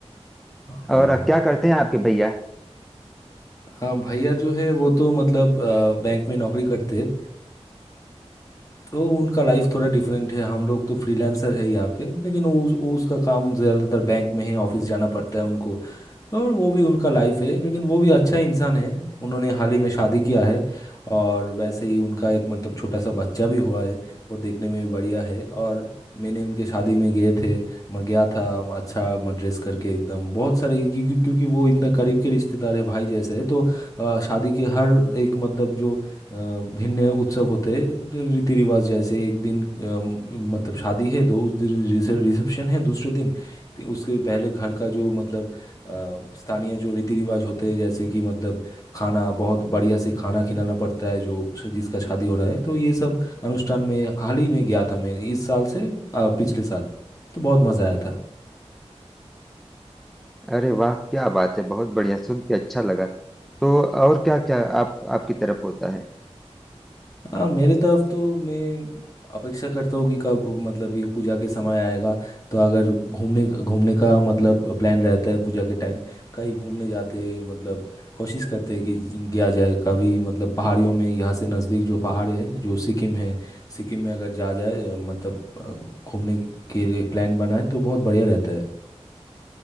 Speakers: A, on the left; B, in the centre.
A: और
B: और अब क्या करते हैं आपके भैया
A: हाँ भैया जो है वो तो मतलब अ, बैंक में नौकरी करते हैं तो उनका लाइफ थोड़ा डिफरेंट है हम लोग तो फ्रीलांसर है यहाँ पे लेकिन वो, वो उसका काम ज़्यादातर बैंक में है ऑफिस जाना पड़ता है उनको और वो भी उनका लाइफ है लेकिन वो भी अच्छा इंसान है उन्होंने हाल ही में शादी किया है और वैसे ही उनका एक मतलब छोटा सा बच्चा भी हुआ है वो देखने में भी बढ़िया है और मैंने उनके शादी में गए थे मैं गया था अच्छा मैं ड्रेस करके एकदम बहुत सारे क्योंकि क्योंकि वो इतना करीब के रिश्तेदार है भाई जैसे है तो अ, शादी के हर एक मतलब जो अ, भिन्न उत्सव होते हैं तो रीति रिवाज जैसे एक दिन अम, मतलब शादी है दो उस दिन रिसे- रिसेप्शन है दूसरे दिन ति- उसके पहले घर का जो मतलब अ, स्थानीय जो रीति रिवाज होते हैं जैसे कि मतलब खाना बहुत बढ़िया से खाना खिलाना पड़ता है जो श- जिसका शादी हो रहा है तो ये सब अनुष्ठान में हाल ही में गया था मैं इस साल से अ, पिछले साल तो बहुत मज़ा आया था
B: अरे वाह क्या बात है बहुत बढ़िया सुन के अच्छा लगा तो और क्या क्या आप आपकी तरफ होता है
A: हाँ मेरे तरफ तो मैं अपेक्षा करता हूँ कि कब मतलब ये पूजा के समय आएगा तो अगर घूमने घूमने का मतलब प्लान रहता है पूजा के टाइम कहीं घूमने जाते मतलब कोशिश करते हैं कि गया जाए कभी मतलब पहाड़ियों में यहाँ से नज़दीक जो पहाड़ है जो सिक्किम है सिक्किम में अगर जा जाए मतलब अ, घूमने के लिए प्लान बनाए तो बहुत बढ़िया रहता है